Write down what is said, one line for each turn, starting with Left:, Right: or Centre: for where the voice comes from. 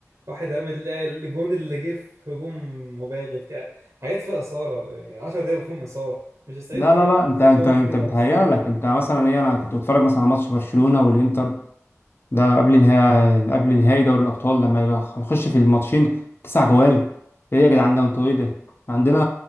Right: واحد عامل آه، الجون اللي جه في هجوم مباغت كده حاجات فيها إثارة يعني 10 دقايق فيهم إثارة مش 90
Left: لا
Right: دقيقة
Left: لا لا انت
Right: نصهم
Left: انت انت
Right: كده
Left: بتهيأ
Right: نصهم
Left: لك
Right: كده
Left: انت مثلا ايه انا كنت بتفرج مثلا على ماتش برشلونه والانتر ده قبل نهائي قبل نهائي دوري الأبطال لما يبقى يخش في الماتشين تسع جوال إيه يا جدعان ده أنتوا إيه ده؟ عندنا